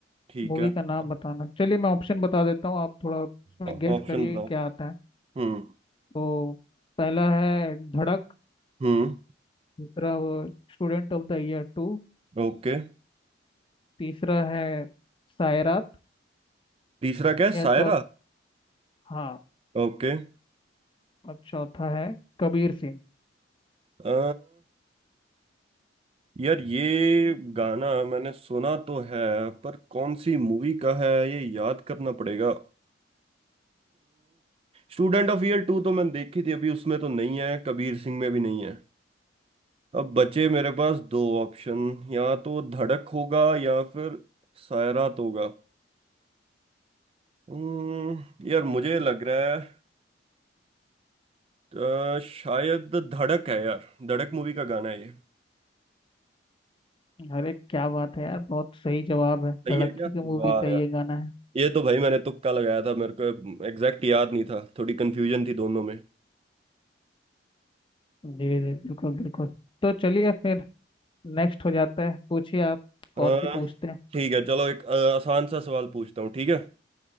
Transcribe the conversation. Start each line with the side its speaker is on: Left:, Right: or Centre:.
Right: ठीक
Left: मूवी
Right: है
Left: का नाम
Right: हाँ
Left: बताना चलिए मैं ऑप्शन बता देता हूँ आप थोड़ा उसमें
Right: ऑप्शन
Left: गेस करिए
Right: बताओ
Left: कि क्या आता है
Right: हम्म
Left: तो पहला है धड़क
Right: हम्म
Left: दूसरा वो student of the year two
Right: ओके
Left: तीसरा है सायरात
Right: तीसरा क्या है
Left: या
Right: सायरा
Left: चौथ हाँ
Right: ओके
Left: और चौथा है कबीर सिंह
Right: अ यार ये गाना मैंने सुना तो है पर कौन सी मूवी का है ये याद करना पड़ेगा स्टूडेंट ऑफ ईयर टू तो मैंने देखी थी अभी उसमें तो नहीं है कबीर सिंह में भी नहीं है अब बचे मेरे पास दो ऑप्शन या तो धड़क होगा या फिर सायरात होगा हम्म यार मुझे लग रहा है अ, शायद धड़क है यार धड़क मूवी का गाना है ये
Left: अरे क्या बात है यार बहुत सही जवाब है
Right: सही
Left: धड़क
Right: है क्या
Left: की तो मूवी
Right: वाह
Left: का ये
Right: यार
Left: गाना है
Right: ये तो भाई मैंने तुक्का लगाया था मेरे को एग्जैक्ट याद नहीं था थोड़ी कंफ्यूजन थी दोनों में
Left: जी जी बिल्कुल बिल्कुल तो चलिए फिर नेक्स्ट हो जाता है पूछिए आप कौन
Right: अ,
Left: सी पूछते हैं
Right: ठीक है चलो एक अ, आसान सा सवाल पूछता हूँ ठीक है